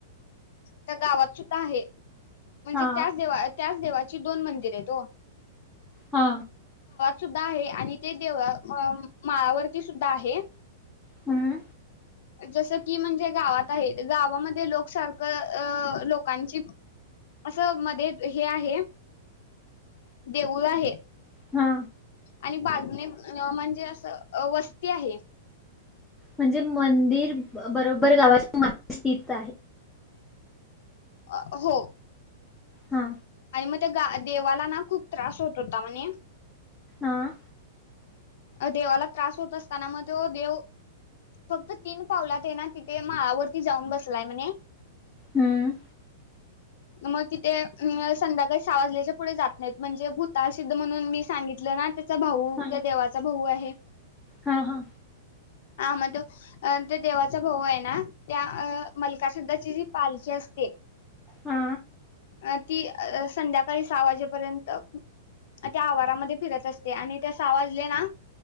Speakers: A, on the left; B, in the centre.
A: त्या गावात सुद्धा आहे. म्हणजे
B: हा
A: त्याच देवा त्याच देवा ही दोन मंदिर आहेतओ.
B: हा
A: सुद्धा आहे आणि ते देवळा व माळावरती सुद्धा आहे.
B: हम्म
A: जस की म्हणजे गावात आहे. गावामध्ये लोकसारखं अ लोकांची, अस मध्ये हे आहे देऊळ आहे.
B: हा
A: आणि बाजूने अ म्हणजे असं अ वस्ती आहे.
B: म्हणजे मंदिर बरोबर गावाच्या मध्य स्थित आहे.
A: अ हो
B: हा
A: आणि मग ते ग देवाला ना खूप त्रास होत होता म्हणे
B: आ
A: अ देवाला त्रास होत असताना, मग तो देव फक्त तीन पावलात हैना तिथे माळावरती जाऊन बसलाय म्हणे.
B: हम्म
A: मग ति ते अ स संध्याकाळी साहावाजल्याच्या पुढे जात नाहीत म्हणजे भूतसिद्ध म्हणून मी सांगितलं ना चा भाऊ
B: हा
A: त्या देवाचा भाऊ आहे.
B: हा हा
A: हा म तो अ ते देवाचा भाऊ ए ना. त्या अ मलका श्रद्धाची जी पालखी असते.
B: हा
A: अ ती अ अ संध्याकाळी सहा वाजेपर्यंत त्या आवारामधे फिरत असते आणि त्या सा वाजले ना